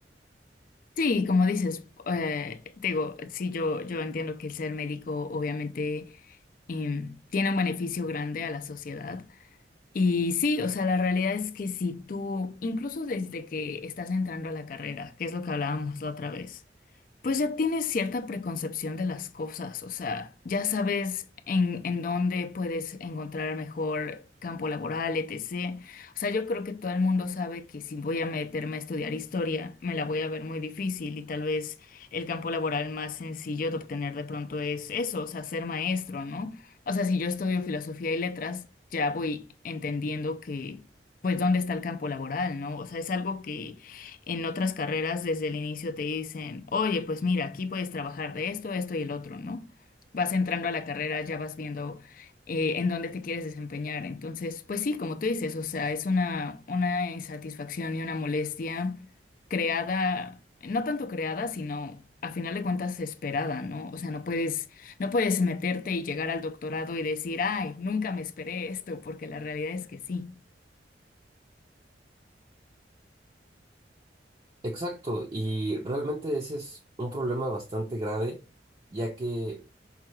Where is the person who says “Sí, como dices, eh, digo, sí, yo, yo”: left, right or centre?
Left